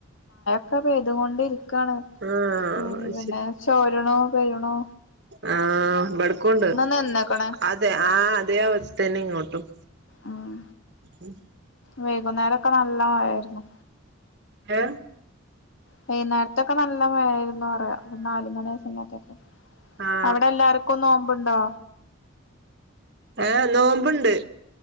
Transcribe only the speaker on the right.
ആഹ്
അത്
ആ ബട്ക്കുണ്ട്
അതെ ആ അതേ ആവസ്ത്തന്നെ ഇങ്ങോട്ടും
ഉം
എ
ആ
ഏ നോമ്പ്ണ്ട്